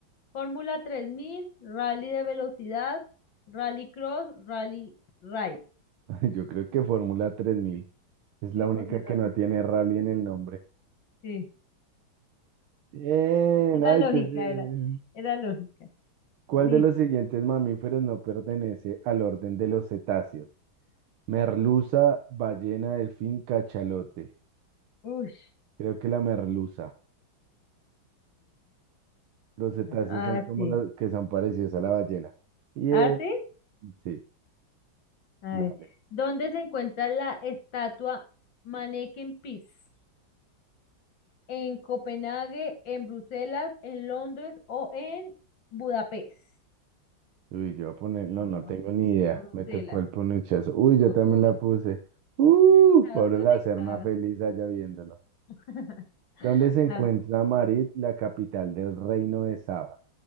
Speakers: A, on the left; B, on the right.
A: Fórmula 3000, rally de velocidad, rally cross, rally ride.
B: <laughs> Yo creo que Fórmula 3000. es
A: Sí,
B: la única
A: o sea,
B: que no tiene rally en el nombre.
A: sí.
B: Bien,
A: Era
B: ay,
A: lógica,
B: entonces,
A: era, era lógica.
B: ¿cuál
A: Listo.
B: de los siguientes mamíferos no pertenece al orden de los cetáceos? Merluza, ballena, delfín, cachalote.
A: Uy,
B: Creo que la merluza. Los cetáceos
A: Ah,
B: son como
A: sí.
B: los que son parecidos a la ballena. Bien,
A: Ah, sí.
B: sí,
A: A
B: dale.
A: ver. ¿Dónde se encuentra la estatua Manneken Pis? ¿En Copenhague, en Bruselas, en Londres o en Budapest?
B: Uy, yo voy a poner,
A: Eh,
B: no, no
A: voy
B: tengo
A: a poner
B: ni idea.
A: Bruselas.
B: Me tocó el ponuchazo. Uy, yo también
A: Uy,
B: la puse. Uh,
A: está
B: Pablo
A: conectado.
B: la Serna feliz allá viéndonos.
A: <laughs>
B: ¿Dónde se encuentra
A: Ah,
B: Marib, la capital del reino de Saba?